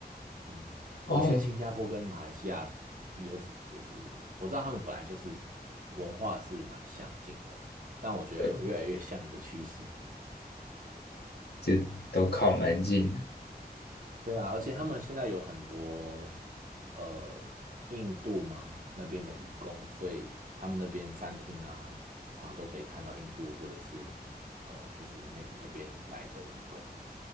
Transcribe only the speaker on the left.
哦，
对，就都靠蛮近的。